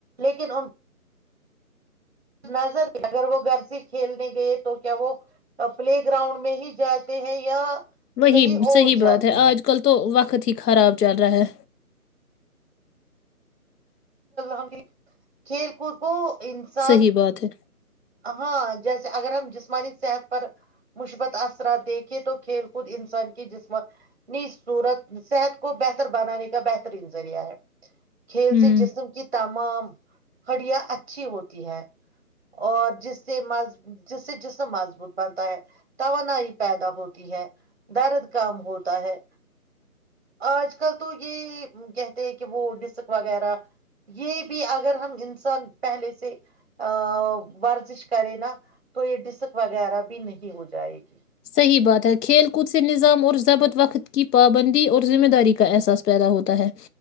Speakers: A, on the right (about 45°); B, on the left (about 90°).
A: لیکن ان نظر اگر وہ گھر سے کھیلنے گئے تو کیا وہ پلے گراؤنڈ میں ہی جاتے ہیں یا
B: وہی
A: کہیں اور
B: صحیح
A: جاتے
B: بات ہے
A: ہیں
B: آج کل تو وقت وقت ہی خراب چل رہا ہے
A: ہم کھیل کود کو انسان
B: صحیح بات ہے
A: ہاں جیسے اگر ہم جسمانی صحت پر مثبت اثرات دیکھیں تو کھیل کود انسان کی جسمانی صورت صحت کو بہتر بنانے کا بہترین ذریعہ ہے کھیل
B: ہوں
A: سے جس تمام ہڑیاں اچھی ہوتی ہے اور جس سے م جس سے جسم مضبوط بنتا ہے توانائی پیدا ہوتی ہے درد کم ہوتا ہے آج کل تو یہ کہتے ہیں کہ وہ ڈسک وغیرہ یہ بھی اگر ہم انسان پہلے سے ا ورزش کریں نا تو یہ ڈسک وغیرہ بھی نہیں ہو جائے گی
B: صحیح بات ہے کھیل کود سے نظام ضبط وقت کی پابندی اور ذمہ داری کا احساس پیدا ہوتا ہے